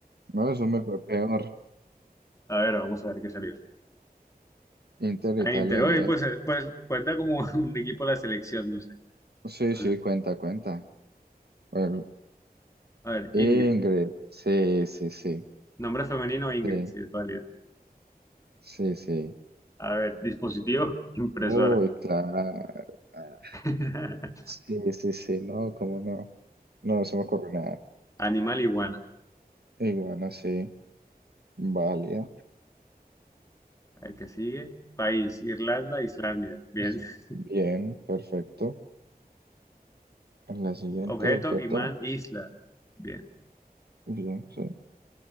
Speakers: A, on the right; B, on the left.
A: No, eso me fue peor.
B: A ver, vamos a ver qué salió.
A: Inter
B: A
A: Italia,
B: Inter, oye,
A: bien.
B: pues, eh, pues cuenta como <laughs> un equipo de la selección, no sé.
A: Sí,
B: No
A: sí,
B: sé.
A: cuenta, cuenta. Bueno,
B: A ver, Ingrid.
A: Ingrid. Sí, sí, sí.
B: Nombre femenino, Ingrid,
A: Sí,
B: sí, es válido.
A: sí, sí.
B: A ver, dispositivo, <laughs> impresora.
A: Uy, claro. Ah,
B: <laughs>
A: Sí, sí, sí, no, cómo no. No, no se me ocurre nada.
B: Animal, iguana.
A: Iguana, sí. Válida.
B: A ver, ¿qué sigue? País, Irlanda, Islandia. Bien.
A: Pues,
B: <laughs>
A: Bien, perfecto. La siguiente
B: Objeto,
A: objeto.
B: imán, isla. Bien.
A: Bien, sí.